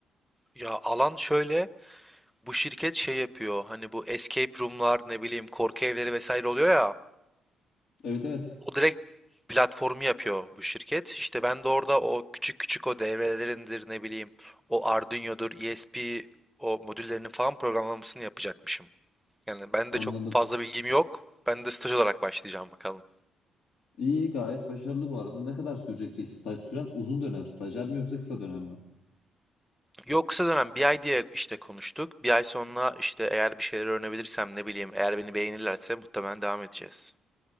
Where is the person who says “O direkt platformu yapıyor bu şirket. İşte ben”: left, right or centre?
Centre